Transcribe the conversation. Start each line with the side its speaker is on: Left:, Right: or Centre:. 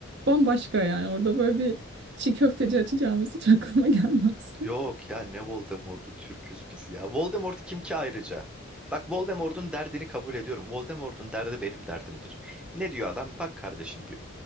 Right: bambaşka yani. Orada böyle bir çiğ köfteci açacağımız hiç aklıma <laughs> gelmezdi.
Centre: Yok ya ne Voldemort'u Türküz biz ya. Voldemort kim ki ayrıca? Bak Voldemort'un derdini kabul ediyorum. Voldemort'un derdi benim derdimdir. Ne diyor adam? Bak kardeşim diyor.